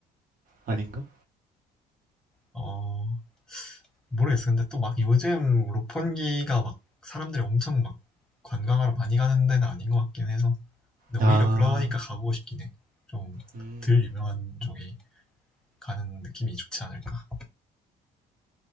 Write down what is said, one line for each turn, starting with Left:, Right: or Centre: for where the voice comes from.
Right: 아닌가?
Centre: 어 모르겠어. 근데 또 막 요즘 롯본기가 막 사람들이 엄청 막 관광하러 많이 가는 데는 아닌 것 같긴 해서. 근데 오히려
Right: 아,
Centre: 그러니까 가보고 싶긴 해. 좀
Right: 음,
Centre: 덜 유명한 쪽이 가는 느낌이 좋지 않을까.